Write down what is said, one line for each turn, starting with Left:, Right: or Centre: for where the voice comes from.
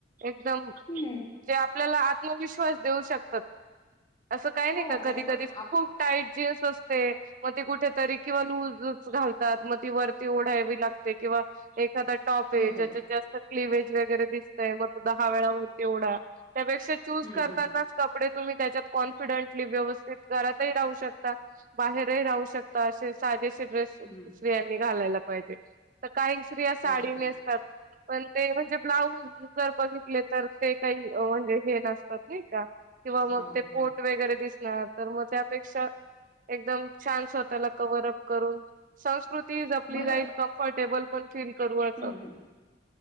Right: एकदम
Left: हं.
Right: जो आपल्याला आत्मविश्वास देऊ शकतात अस काही
Left: हो
Right: नाही का
Left: जेणेकरून
Right: कधी कधी
Left: आप
Right: खूप टाईट जीन्स असते पण कुठेतरी किंवा लूजच घालतात मग ती वरती ओढावी लागते किंवा एक दा टॉप
Left: हो,
Right: य
Left: हो.
Right: ज्याच्यात जास्त क्लिव्हेज वगैरे दिसतंय, मग तो दहा वेळा वरती ओढा त्यापेक्षा चूस
Left: हं,
Right: करतानाच
Left: हं.
Right: कपडे तुम्ही त्याच्यात कॉन्फिडंटली व्यवस्थित घरात ही राहू शकता, बाहेर ही राहू शकता, असे साजेशे ड्रेस
Left: हं.
Right: स्त्रियांनी घालायला पाहिजे, त काही स्त्रिया साडी
Left: हो, हो.
Right: नेसतात पण ते म्हणजे ब्लाऊज जर बघितले, तर ते काही म्हंजे हे नसतात नाही का किंवा मग
Left: हो,
Right: ते
Left: हो.
Right: पोट वगैरे दिसण तर मग त्यापेक्षा एकदम छान स्वतःला कवर अप करून संस्कृ कृती जपली
Left: मला
Right: जाईल कम्फर्टेबल पण फील करू असं.
Left: हं, हं.